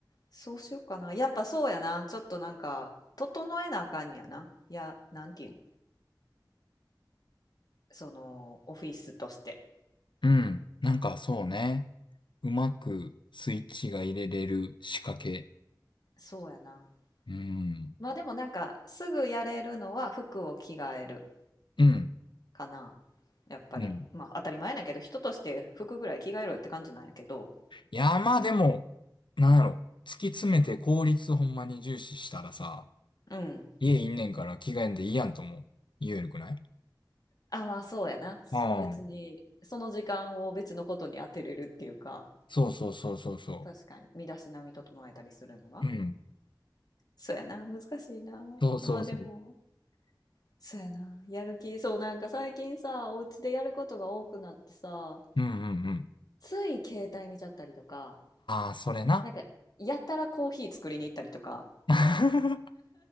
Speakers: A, on the left (about 50°); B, on the left (about 80°).
A: そうしようかな。やっぱそうやな。ちょっとなんか、整えなあかんやな。いや、なんていうん。その、オフィスとして。
B: うん。なんか、そうね。うまくスイッチが入れれる仕掛け。
A: そうやな。
B: うん。
A: まあでもなんか、すぐやれるのは服を着替える
B: うん。
A: かな。やっぱり。
B: うん。
A: まあ当たり前だけど、人として服ぐらい着替えろよって感じなんやけど。
B: いや、まあでも、なんやろ。突き詰めて効率ほんまに重視したらさ、
A: うん。
B: 家いんねんから着替えんでいいやんとも言えるくない
A: あ、まあそうやな。
B: ああ、
A: 別に、その時間を別のことに当てれるっていうか、
B: そうそうそうそうそ
A: 確かに、身だしなみ整えたりするのが。
B: う。うん。
A: そうやな。難しいな。
B: そうそうそう。
A: まあでも。そうやな。やる気、そう、なんか最近さ、お家でやることが多くなってさ、
B: うんうんうん。
A: つい携帯見ちゃったりとか、
B: ああ、それな。
A: なんか、やたらコーヒー作りに行ったりとか、
B: <laughs> あ